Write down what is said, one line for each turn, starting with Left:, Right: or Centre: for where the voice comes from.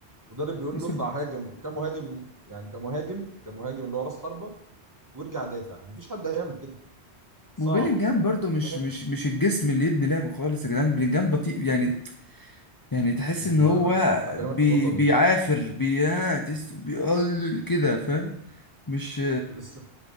Right: مدرب بيقول
Left: لسه
Right: له اطلع هاجم كمهاجم يعني كمهاجم كمهاجم اللي هو راس حربه وارجع دافع مفيش حد هيعمل كده صعب
Left: وبيلينجهام برضو
Right: يعني
Left: مش
Right: فاهم
Left: مش مش الجسم اللي يبني لعب خالص يا جدعان بيلينجهام بطيء يعني يعني تحس
Right: ما
Left: ان هو
Right: انا لسه كنت هكلمك
Left: بي
Right: في اسمها النقطه
Left: بيعافر
Right: دي
Left: بيعتس بيقل كده فاهم مش
Right: لسه